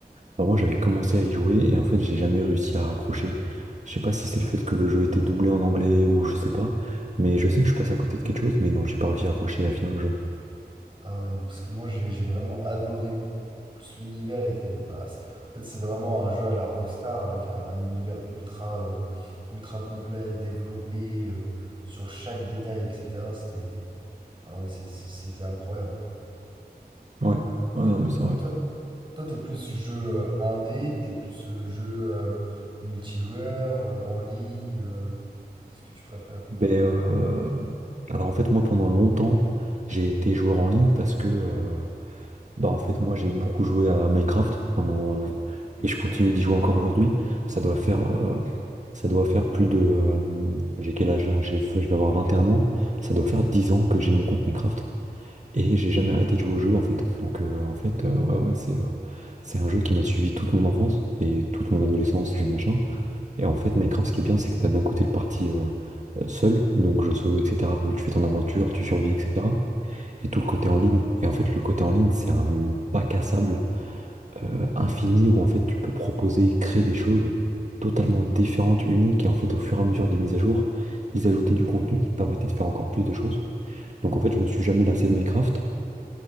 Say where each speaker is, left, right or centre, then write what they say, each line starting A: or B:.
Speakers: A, on the right; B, on the right.
A: Bah, moi, j'avais commencé à y jouer et en fait, j'ai jamais réussi à accrocher. Je sais pas si c'est le fait que le jeu était doublé en anglais ou je sais pas, mais je sais que je suis passé à côté de quelque chose, mais non, j'ai pas réussi à accrocher et à finir le jeu.
B: Ah ouais, non, parce que moi j'ai j'ai vraiment adoré. En Plus l'univers était. euh, bah, c'est- en fait, c'est vraiment un jeu à la Rockstar avec un, un univers ultra, euh, ultra complet, développé euh, sur chaque détail, etc. C'était ah ouais, c'est- c'est- c'était incroyable.
A: Ouais, ouais, non, mais c'est
B: Mais
A: vrai.
B: toi, toi, t'es plus jeu euh, indé, t'es plus euh, jeu euh, multijoueur, euh, en ligne. euh, qu'est-ce que tu préfères?
A: Ben, euh, alors en fait, moi, pendant longtemps, j'ai été joueur en ligne parce que, euh, bah, en fait, moi, j'ai beaucoup joué à Minecraft pendant, euh,
B: Ok.
A: et je continue d'y jouer encore aujourd'hui. Ça doit faire, euh, ça doit faire plus de, euh, j'ai quel âge là? J'ai, je vais avoir 21 ans. Ça doit faire 10 ans que j'ai mon compte Minecraft. Et j'ai jamais arrêté de jouer au jeu en fait. Donc euh, en fait, euh, ouais, ouais, c'est euh, c'est un jeu qui m'a suivi toute mon enfance et toute mon adolescence et machin. Et en fait, Minecraft, ce qui est bien, c'est que t'as d'un côté le parti euh, euh, seul, donc jeu solo, etc., où tu fais ton aventure, tu survis, etc. Et tout le côté en ligne. Et en fait, le côté en ligne, c'est un bac à sable euh, infini où en fait, tu peux proposer, créer des choses totalement différentes, uniques. Et en fait, au fur et à mesure des mises à jour, ils ajoutaient du contenu qui te permettait de faire encore plus de choses. Donc en fait, je me suis jamais lassé de Minecraft.